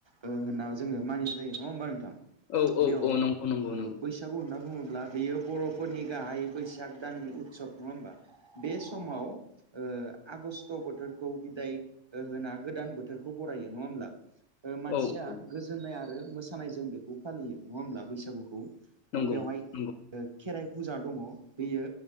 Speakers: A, on the right; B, on the left.
A: ओ होनना जोङो मानिनाय जायो नङा होमबा नोंथां?
B: औ औ
A: बेयाव
B: औ
A: ओ
B: नंगौ नंगौ नंगौ।
A: बैसागु होनना बुङोब्ला बेयो बर'फोरनि गाहाय बैसाग दाननि उत्सब नङा होमबा? बे समाव ओ आगस्ट बोथोरखौ ओ बिदाय होना गोदान बोथोरखौ बरायो नङा होमब्ला? ओ मानसिया
B: औ औ
A: गोजोननाय आ रो मोसानाय जों बेखौ फालियो नङा होमब्ला बै बैसागुखौ?
B: नंगौ
A: ओ बेवहाय
B: नंगौ
A: ओ खेराइ फुजा दङ बेयो